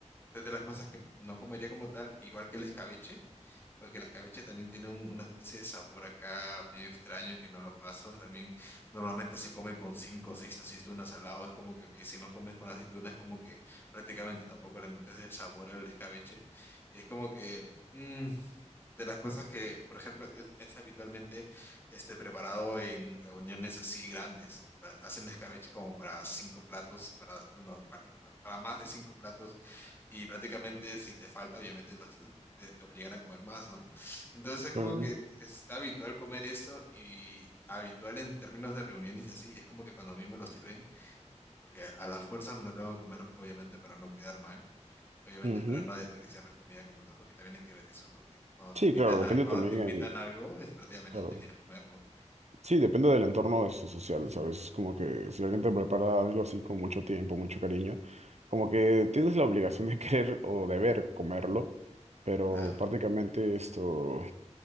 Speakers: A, on the left; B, on the right.
A: es de las cosas que no comería como tal, igual que el escabeche porque el escabeche también tiene un- una especie de sabor acá medio extraño que no lo paso. También normalmente se come con cinco o seis aceitunas al lado. Es como que, ok, si no comes con aceitunas, es como que prácticamente tampoco le encuentras el sabor al escabeche. Y es como que mm, de las cosas que, por ejemplo, es, es habitualmente este, preparado en reuniones así grandes. Ha- Hacen escabeche como para cinco platos, para, no, para cinco platos, para más de cinco platos y prácticamente si te falta, obviamente vas- <laughs> te, te obligan a comer más, ¿no? Entonces es como
B: Mm,
A: que es habitual comer esto y habitual en términos de reuniones y así. Es como que cuando a mí me lo sirven, porque a las fuerzas me lo tengo que comer, obviamente para no quedar mal, obviamente
B: ujú.
A: para no desperdiciar la comida como tal, porque también hay que ver eso, ¿no? Que cuando te
B: Sí,
A: invitan
B: claro, depende
A: a, cuando
B: también
A: te invitan
B: el...
A: algo, es prácticamente
B: claro.
A: tienes que comerlo.
B: Sí, depende del entorno eso social,
A: Ujú,
B: ¿sabes? Es como que si alguien te prepara algo así con mucho tiempo, mucho cariño, como que tienes la obligación de <laughs> querer o deber comerlo, pero
A: Claro.
B: prácticamente esto,